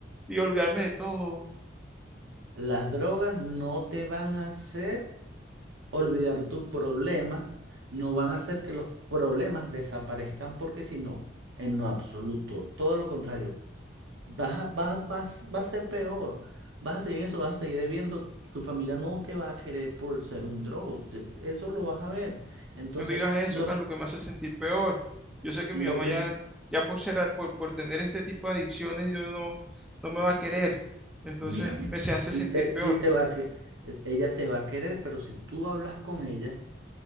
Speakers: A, in the centre; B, on the right.
A: y olvidarme de todo.
B: las drogas no te van a hacer olvidar tus problemas, no van a hacer que los problemas desaparezcan, porque si no, en lo absoluto, todo lo contrario, vas a, va, vas- va a ser peor, vas a seguir en eso, vas a seguir debiendo, tu familia no te va a querer por ser un drogo, te- eso lo vas a ver. Entonces,
A: No digas eso,
B: lo,
A: Carlos,
B: pr-
A: que me hace sentir peor. Yo sé que
B: lo
A: mi mamá
B: primero.
A: ya, ya por ser, a- por, por tener este tipo de adicciones, yo no, no me va a querer. Entonces
B: Mira, mira,
A: me se hace
B: sí
A: sentir
B: te,
A: peor.
B: sí te va a que, e- ella te va a querer, pero si tú hablas con ella